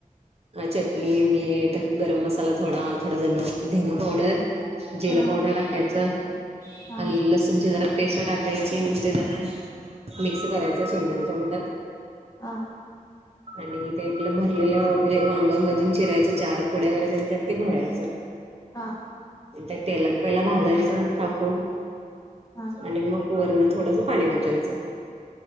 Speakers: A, on the right; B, on the left.
A: अ चटणी मीठ गरम मसाला थोडा थोडा जरा धण पावडर. जिर
B: हा
A: पावडर टाकायचं
B: हा
A: आणि लसून जीर पेस्ट टाकायची आणि ते जरा मिक्स करायच शेंगदाण्याच्या कुटात.
B: हां
A: आणि ते आपल भरलेल म्हणजे वांग मधून चिरायच चार फोड्या करायच्या आणि त्यात ते भरायच.
B: हां
A: त्या तेलात पहिला भाजायच टाकून.
B: हा
A: आणि मग वरणं थोडस पाणी वतायच.